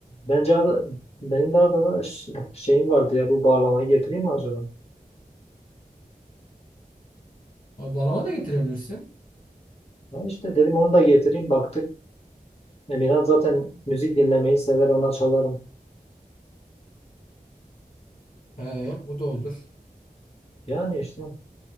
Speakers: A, on the left (about 40°); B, on the left (about 60°).
A: Bence Ad- benim de Adana ş- şeyim vardı ya bu bağlamayı getireyim mi acaba?
B: Abi, Balona da getirebilirsin.
A: Ben işte dedim onu da getireyim baktık. Emirhan zaten müzik dinlemeyi sever ona çalarım.
B: He, o da olur.
A: Yani işte